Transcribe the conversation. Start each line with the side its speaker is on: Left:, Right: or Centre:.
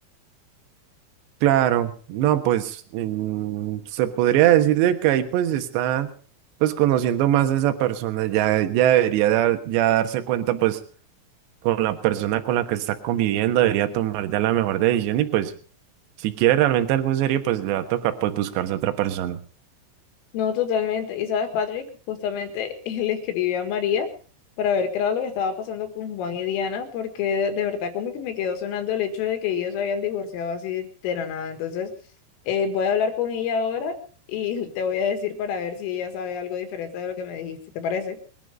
Right: Claro, no, pues mm, se podría decir de que ahí pues está pues conociendo más a esa persona, ya, ya debería dar, ya darse cuenta pues con la persona con la que está conviviendo, debería tomar ya la mejor decisión y pues si quiere realmente algo serio pues le va a tocar pues buscarse otra persona.
Left: No, totalmente. Y sabes, Patrick, justamente <laughs> le escribí a María para ver qué era lo que estaba pasando con Juan y Diana, porque de, de verdad como que me quedó sonando el hecho de que ellos se habían divorciado así de la nada. Entonces, eh, voy a hablar con ella ahora y <laughs> te voy a decir para ver si ella sabe algo diferente de lo que me dijiste, ¿te parece?